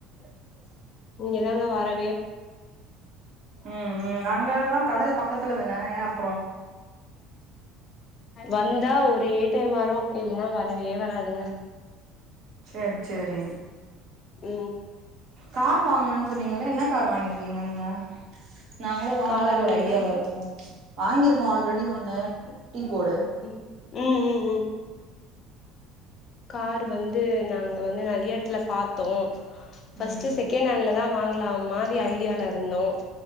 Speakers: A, on the right; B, on the left.
A: <inaudible>
B: இங்க தாங்க வாரே
A: உ உ அங்கல்லா கடல் பக்கத்துல தான அ அப்றோ
B: வந்தா ஒரே டைம் வரு இல்லனா வரா வரவே வராதுங்க
A: சேரி சேரி
B: உ
A: கார் வாங்கனனுனு சொன்னீங்கள என்ன கார் வாங்கிருக்கீங்க நீங்க நாங்களு வாங்கலானு
B: காருங்களா
A: ஒரு ஐடியால இருக்கோ வாங்கிருக்கோ ஆல்ரெடி ஒண்ணு டீ போர்டு
B: உ உ உ உ காரு வந்து நாங்க வந்து நறையா எடத்துல பாத்தோ ஃபர்ஸ்ட்
A: ம்
B: செகண்ட் ஹேண்ல தா வாங்கலான் ம்மார் த்ரி ஐடியால இருந்தோ